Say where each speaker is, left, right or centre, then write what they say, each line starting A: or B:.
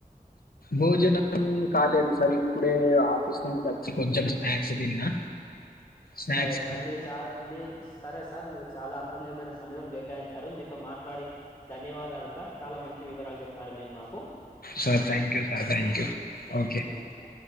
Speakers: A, on the left; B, on the left.
A: భోజనం కాలేదు సార్ ఇప్పుడే ఆఫీస్ నుంచి వచ్చి కొంచెం స్నాక్స్ తిన్నా స్నాక్స్
B: సరే సార్
A: తిని
B: మీరు చా మీర్ సరే సార్ మీర్ చాలా అమూల్యమైన సమయం కేటాయించారు మీతో మాట్లాడి ధన్యవాదాలు సార్ చాలా మంచి వివరాలు చెప్పారు మీరు మాకు
A: sir thank you sir thank you
B: thank
A: okay
B: thank you sir